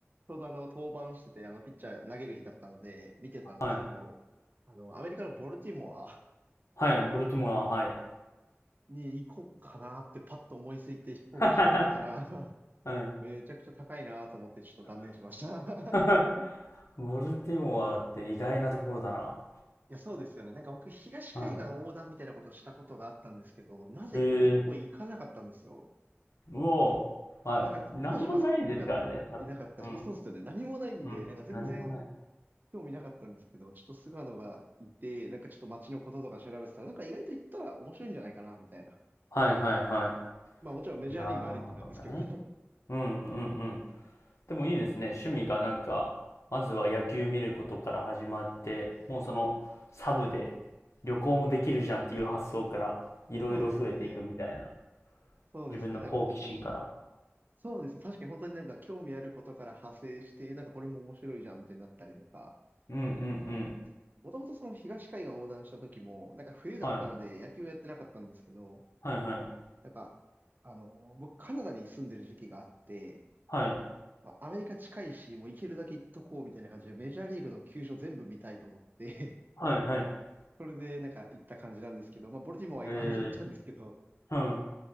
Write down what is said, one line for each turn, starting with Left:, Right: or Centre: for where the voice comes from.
Right: ちょうどあの、登板してて、あの、ピッチャー投げる日だったので、見てたんですけど、
Left: はい。
Right: あの、アメリカのボルティモア
Left: はい、ボルティモア、はい。
Right: <laughs> に行こうかなってパッと思いついて飛行機調べたら、
Left: <laughs>
Right: <laughs>
Left: はい。
Right: めちゃくちゃ高いなと思ってちょっと断念しました。<laughs>
Left: <laughs> ボルティモアって意外なところだな。
Right: いや、そうですよね。なんか僕、東海岸横断みたいなことをしたことがあったんですけど、
Left: は
Right: なぜかそこ行かなかったんですよ。
Left: い。ええうおー。はい。
Right: なんか当時、
Left: 何もないですからね、
Right: まあ、菅野もいなかったし、
Left: 多分。うん。
Right: そうですよね。何もないんで、
Left: うん。
Right: なんか全然
Left: 何もない。
Right: 興味なかったんですけど、ちょっと菅野がいて、なんかちょっと街のこととか調べてたら、なんか意外と行ったら面白いんじゃないかな、みたいな。
Left: はいはいは
Right: まあもちろんメジャーリーグありきなんですけどね。
Left: い。なるほどね。うんうんうん。でもいいですね。趣味がなんか、まずは野球見ることから始まって、もうそのサブで旅行もできるじゃんっていう発想からいろいろ増えていくみたいな。
Right: <laughs> そうですね。そうですね。
Left: 自分の好奇心から。
Right: なんか本当に、そうですね。確かに本当になんか興味あることから派生して、なんかこれも面白いじゃん、みたいになったりとか、
Left: うんうんう
Right: って感じです。
Left: ん。
Right: もともとその東海岸横断した時も、なんか冬だったので野球をやってなかったんですけど、
Left: はい。はいはい。
Right: なんか、あのー僕カナダに住んでる時期があって、
Left: はい。
Right: まあ、アメリカ近いし、もう行けるだけ行っとこうみたいな感じで、メジャーリーグの球場全部見たいと思って
Left: はいはい。
Right: <laughs> それでなんか行った感じなんですけど、まあ、ボルティモアは行かなかったんですけど、
Left: えー、うん。